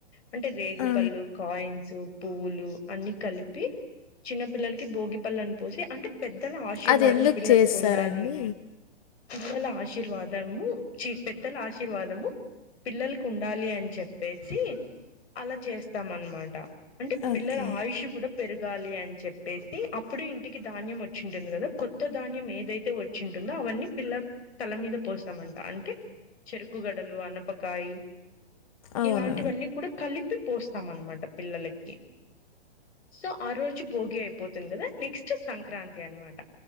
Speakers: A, on the left; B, on the left.
A: అంటే రేగు
B: ఆ.
A: ప పళ్లు, కాయిన్స్, పువ్వులు అన్ని. ప్పి చిన్న పిల్లలకి భోగిపళ్ళని పోసి అంటే పెద్దల ఆశీర్వాదం
B: అది ఎందుకు
A: పిల్లలకి
B: చేస్తారండి
A: ఉండాలి పిల్లల ఆశీర్వాదము చి పెద్దల ఆశీర్వాదము పిల్లలకు ఉండాలి అని చెప్పేసి అలా చేస్తాం అనమాట అంటే పిల్లల
B: ఓకే
A: ఆయుష్ కూడా పెరగాలి అని చెప్పేసి అప్పుడే ఇంటికి ధాన్యం వచ్చింటుంది కదా కొత్త ధాన్యం ఏదైతే వచ్చింటుందో అవన్నీ పిల్ల తల మీద పోస్తామంట అంటే చెరుకుగడలు, అనపకాయి.
B: అవునా?
A: ఇలాంటివన్నీ కూడా కలిపి పోస్తాం అనమాట పిల్లలకి. సో ఆ రోజు భోగి అయిపోతుంది కదా నెక్స్ట్ సంక్రాంతి అనమాట.